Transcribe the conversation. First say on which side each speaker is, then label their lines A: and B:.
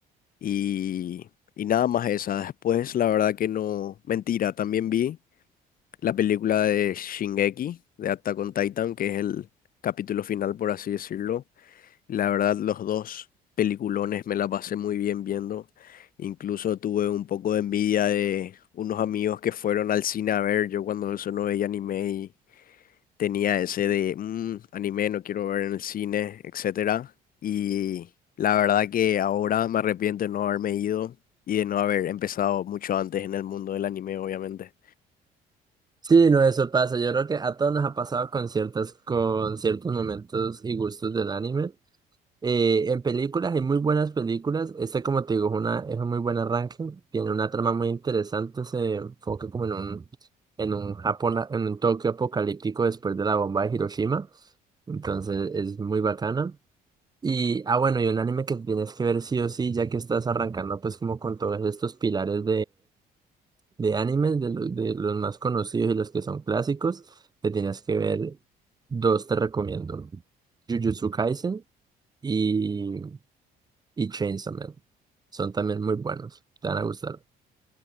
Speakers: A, on the left; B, on the right.
A: Y, y nada más esa. Después, la verdad que no. Mentira, también vi la película de Shingeki, de Attack on Titan, que es el capítulo final, por así decirlo. La verdad, los dos peliculones me la pasé muy bien viendo. Incluso tuve un poco de envidia de unos amigos que fueron al cine a ver. Yo cuando eso no veía anime y tenía ese de "Mm, anime no quiero ver en el cine, etcétera. Y la verdad que ahora me arrepiento de no haberme ido y de no haber empezado mucho antes en el mundo del anime, obviamente.
B: Sí, no, eso pasa. Yo creo que a todos nos ha pasado con ciertas, con ciertos momentos y gustos del anime. Eh, en películas hay muy buenas películas. este como te digo, es una, es un muy buen arranque. Tiene una trama muy interesante. Se enfoca como en un, en un Japón, en un Tokio apocalíptico después de la bomba de Hiroshima. Entonces es muy bacana. Y, ah, bueno, y un anime que tienes que ver sí o sí, ya que estás arrancando pues como con todos estos pilares de animes, de, lo- de los más conocidos y los que son clásicos, te tienes que ver dos, te recomiendo. Jujutsu Kaisen y, y Chainsaw Man. Son también muy buenos, te van a gustar.